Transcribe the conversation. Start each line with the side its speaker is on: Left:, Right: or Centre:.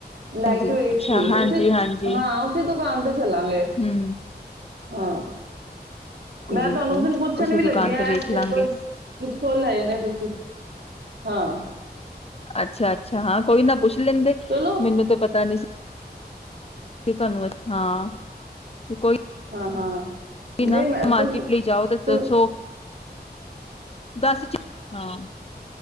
Left: ਹਾਂਜੀ,
Right: ਲਾਈਟ ਵੇਟ
Left: ਅੱਛਾ
Right: ਸੀ
Left: ਹਾਂਜੀ,
Right: ਉੱਥੇ
Left: ਹਾਂਜੀ
Right: ਹਾਂ ਉੱਥੇ ਤੋਂ <unintelligible> ਚੱਲਾਂਗੇ
Left: ਹੂੰ
Right: ਹਾਂ।
Left: ਬਿਲਕੁਲ,
Right: ਮੈਂ
Left: ਬਿਲਕੁਲ
Right: ਤੁਹਾਨੂੰ ਉਸ ਦਿਨ ਪੁੱਛਣ
Left: ਉਸੀ
Right: ਵੀ
Left: ਦੁਕਾਨ
Right: ਲੱਗਿਆ,
Left: ਤੇ
Right: ਐ
Left: ਵੇਖ
Right: ਸਲੀਪਰ
Left: ਲਾਂਗੇ
Right: ਕਿੱਥੋਂ ਲਏ ਨੇ ਤੁਸੀਂ? ਹਾਂ।
Left: ਅੱਛਾ ਅੱਛਾ, ਹਾਂ ਕੋਈ ਨਾ ਪੁੱਛ ਲੇਂਦੇ।
Right: ਚਲੋ
Left: ਮੀਨੂੰ ਤੇ ਪਤਾ ਨੀ ਸੀ ਤੋਆਨੂੰ ਅ ਨਾ, ਕੋਈ
Right: ਹਾਂ, ਹਾਂ।
Left: ਨਾ,
Right: ਨਹੀਂ ਮੈਂ
Left: ਮਾਰਕੀਟ
Right: ਤੁਸੀਂ
Left: ਲਈ ਜਾਓ ਤੇ
Right: ਤੁ-
Left: ਦੱਸੋ ਦੱਸ ਚ, ਹਾਂ,